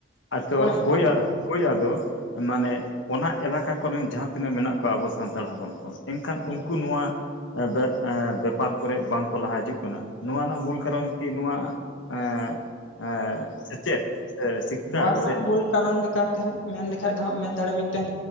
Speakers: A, on the left (about 70°); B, on the left (about 85°).
A: ᱟᱛᱚ
B: ᱛᱚ ᱚᱱᱮ ᱚᱱᱠᱟ
A: ᱦᱳᱼᱭᱟᱜ
B: ᱦᱟᱸᱜ
A: ᱦᱳᱭ ᱟᱫᱚ ᱢᱟᱱᱮ ᱚᱱᱟ ᱮᱞᱟᱠᱟ ᱠᱚᱱᱮᱱ ᱡᱟᱦᱟᱸ ᱛᱤᱱᱟᱹᱜ ᱢᱮᱱᱟᱜ ᱠᱚᱣᱟ ᱟᱵᱚ ᱥᱟᱱᱛᱟᱲ ᱦᱚᱯᱚᱱ ᱠᱚ ᱮᱱᱠᱷᱟᱱ
B: ᱦᱮᱸ
A: ᱩᱱᱠᱩ ᱱᱚᱣᱟ ᱮᱵᱮᱜ ᱮᱻ ᱵᱮᱯᱟᱨ ᱠᱚᱨᱮ ᱵᱟᱝ ᱠᱚ ᱞᱟᱦᱟ ᱦᱤᱡᱩᱜ ᱠᱟᱱᱟ ᱱᱚᱣᱟ ᱨᱮᱱᱟᱜ ᱢᱩᱞ
B: ᱦᱮᱸ
A: ᱠᱟᱨᱚᱱ ᱠᱤ ᱱᱚᱣᱟ ᱮ ᱮ ᱥᱮᱪᱮᱫ ᱥᱤᱠᱠᱷᱟ
B: ᱱᱚᱣᱟ ᱨᱮᱱᱟᱜ
A: ᱥᱮ
B: ᱢᱩᱞ ᱠᱟᱨᱚᱱ ᱞᱮᱠᱟᱛᱮ ᱦᱟᱸᱜ ᱢᱮᱱ ᱞᱮᱠᱷᱟᱱ ᱫᱚ ᱦᱟᱸᱜ ᱢᱮᱱ ᱫᱟᱲᱮᱭᱟᱜᱼᱟ ᱢᱤᱫᱴᱮᱱ